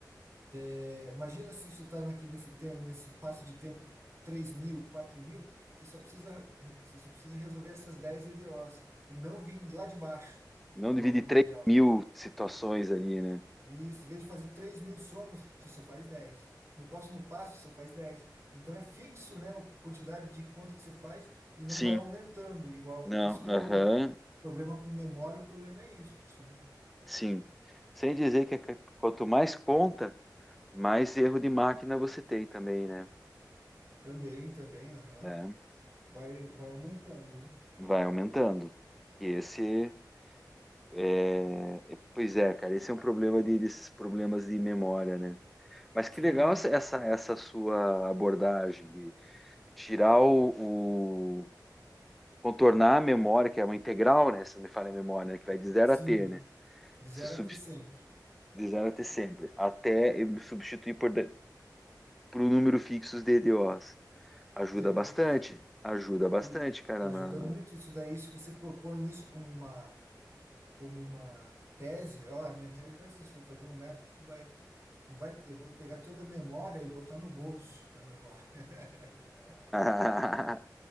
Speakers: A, on the right (about 40°); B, in the centre.
A: É, imagina se você está aqui nesse tempo, nesse espaço de tempo 3 mil, 4 mil, você só precisa, você só precisa resolver essas 10 EDOs e não vir lá de baixo,
B: não
A: igual
B: divide
A: na integral.
B: 3 mil situações ali, né?
A: Isso, em vez de fazer 3 mil somas, você só faz dez No próximo passo, você só faz dez Então é fixo, né, a quantidade de conta que você faz e não
B: Sim,
A: vai aumentando, igual
B: não,
A: que isso que é
B: aham,
A: o problema com memória, o problema é isso, né?
B: sim. Sem dizer que c- quanto mais conta, mais erro de máquina você tem também, né?
A: Também, também, aham.
B: Né?
A: Vai, vai aumentando, né?
B: Vai aumentando. E esse é... é- Pois é, cara, esse é um problema de- desses problemas de memória, né? Mas
A: Sim,
B: que legal essa, essa essa sua abordagem tirar o, o- contornar a memória, que é uma integral, né? Se não me falha a memória, né, que vai de zero
A: sim.
B: a t, né?
A: De zero
B: Se sub,
A: até sempre,
B: de zero a t sempre, até eu substituir por, por um número fixo de DDOs. Ajuda
A: dia de
B: bastante,
A: ossos.
B: ajuda bastante,
A: E
B: cara.
A: ajuda
B: Na...
A: muito isso daí, se você propõe isso como uma, como uma tese, ó, a minha tese vai ser isso, vou fazer um método que vai Não vai, eu vou pegar toda a memória e botar no bolso a memória. <laughs>
B: <laughs>